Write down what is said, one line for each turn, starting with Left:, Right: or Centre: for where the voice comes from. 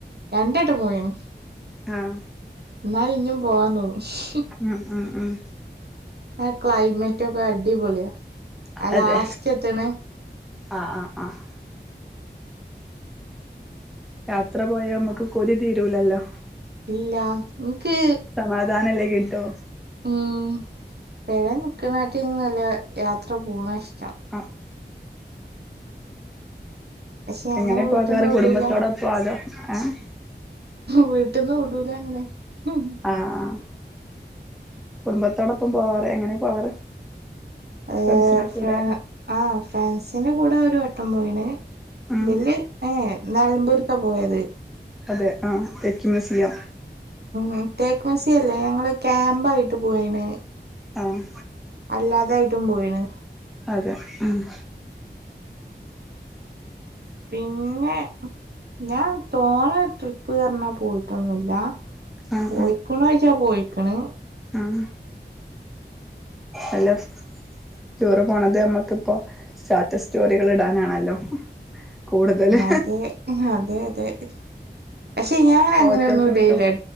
Right: രണ്ട് വെട്ടം പോയേനു
Centre: ആഹ്
Right: എന്നാല് ഇഞ്ഞും പോവാൻ തോന്നും <unintelligible>
Centre: ഉം ഉം ഉം
Right: ആ ക്ലൈമറ്റോക്കെ അടിപൊള്യാ. ആ
Centre: അതെ
Right: ലാസ്റ്റ് എത്ത്ണെ
Centre: ആഹ്, ആഹ്, ആഹ്. യാത്രപോയാമ്മക്ക് കൊതി തീരൂലല്ലോ.
Right: ഇല്ലാ. ൻക്ക്
Centre: വാതാനല്ലെ കിട്ടൂ.
Right: ഉം പെരേ നിക്ക്ണാട്ടീൽനല്ലത് യാത്ര പോണാഷ്ടം.
Centre: ആഹ്.
Right: പക്ഷെ
Centre: എങ്ങനെ
Right: അങ്ങനെ വീട്ട്ന്ന്
Centre: പോകാറ്,
Right: വിടൂല
Centre: കുടുംബത്തോടപോ അതോ ഏഹ്
Right: വീട്ട്ന്ന് വിടൂലങ്ങനെ. ഹും
Centre: ആഹ് ആഹ് കുടുംബത്തോടൊപ്പം പോവാറ്, എങ്ങനെ പോവാറ്?
Right: ഏഹ്,
Centre: ഫ്രണ്ട്സിന്റെ കൂടെ
Right: ഫ്രാ ആഹ് ഫ്രൻസിൻ്റെ കൂടെ ഒരു വട്ടം പോയിണ്.
Centre: ഉം
Right: ബില്ല് ഏഹ്, ഏഹ് നെൽമ്പൂര്ക്കാ പോയത്.
Centre: അതെ ആഹ് തേക്ക് മ്യൂസിയം.
Right: ഉം തേക്ക്മ്യൂസിയല്ലെ ഞങ്ങള് ക്യാമ്പായിട്ട് പോയീണ്.
Centre: ആഹ്.
Right: അല്ലാതയിട്ടും പോയിണ്.
Centre: അതെ, ആഹ്
Right: പിന്നെ, ഞാൻ തോനെ ട്രിപ്പ്അർണാ പോയിട്ടൊന്നുല്ലാ.
Centre: ആഹ്
Right: പോയിക്ക്ണോയ്ച്ചാ പോയിക്ക്ണ്.
Centre: ഉം. അല്ലസ് ടൂറ് പോണത് അമ്മക്ക്പ്പോ സ്റ്റാറ്റസ് സ്റ്റോറികള്ടാനാണല്ലൊ. കൂട്തല്
Right: അതെ ഉം, അതെ അതെ. പക്ഷെ ഞാൻ
Centre: ഫോട്ടോസൂട്ടും.
Right: അങ്ങനെയൊന്നും ഇടേല്ല